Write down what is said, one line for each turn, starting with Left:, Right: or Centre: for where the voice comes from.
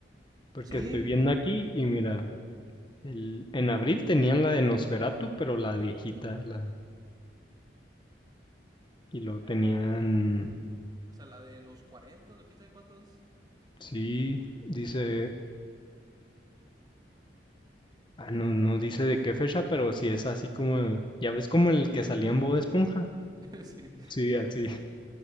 Left: Porque
Right: Sí,
Left: estoy viendo
Right: pues.
Left: aquí y mira, el, en abril tenían la de Nosferatu, pero la viejita, la... Y lo
Right: Ah, caray.
Left: tenían,
Right: O sea, la de los 40 o quién sabe cuántos.
Left: sí, dice, ah, no, no dice de qué fecha, pero sí es así como, ya ves como el que salía en Bob Esponja.
Right: <laughs> sí.
Left: Sí, así,